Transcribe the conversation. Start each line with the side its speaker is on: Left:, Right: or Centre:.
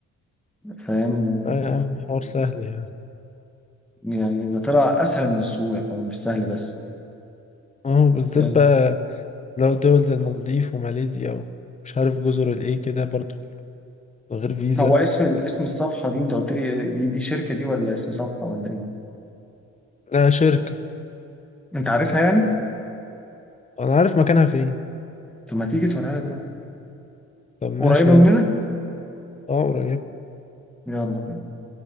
Centre: فاهم
Left: لا يا عم حوار سهل يعني
Centre: يعني ده طلع أسهل من السهولة كمان مش سهل بس
Left: اه بالذات
Centre: آه،
Left: بقى لو دول زي المالديف وماليزيا ومش عارف جزر الايه كده برضو من غير فيزا
Centre: هو اسم ال- اسم الصفحة دي أنت قلت لي دي, دي شركة دي ولا اسم صفحة ولا إيه؟
Left: لا شركه
Centre: أنت عارفها يعني؟
Left: انا عارف مكانها فين
Centre: طب ما تيجي توريها لي دلوقتي
Left: طب ماشي
Centre: قريبة
Left: يلا
Centre: مننا؟
Left: اه قريب
Centre: يلا